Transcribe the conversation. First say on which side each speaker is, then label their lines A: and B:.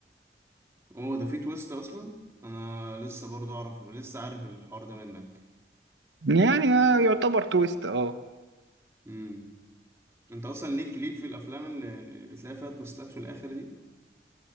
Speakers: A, on the right; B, on the right.
A: اوه ده في تويست اصلا انا لسه برضو اعرف لسه عارف الحوار ده منك
B: يعني آه، يعتبر تويست اه
A: امم انت اصلا ليك ليك في الافلام اللي, اللي بتلاقي فيها تويستات في الاخر دي